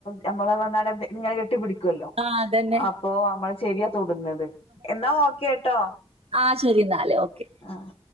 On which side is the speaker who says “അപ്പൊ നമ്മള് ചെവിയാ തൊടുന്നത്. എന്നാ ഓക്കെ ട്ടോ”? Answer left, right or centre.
Left